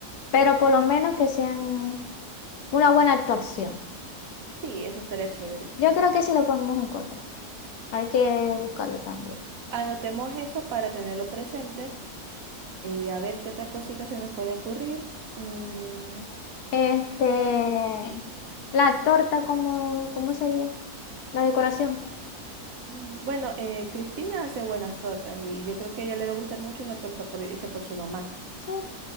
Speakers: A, on the left; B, on the right.
A: pero por lo menos que sean una buena actuación.
B: Sí, eso estaría chévere.
A: Yo creo que sí lo podemos encontrar. Hay que buscarlo también.
B: Anotemos eso para tenerlo presente. Eh, a ver qué otra cosita se nos puede ocurrir. Mm,
A: Este, la torta, ¿cómo, cómo sería? La decoración.
B: mm, bueno, eh, Cristina hace buenas tortas y yo creo que a ella le va a gustar mucho una torta por- hecha por su mamá.
A: Sí.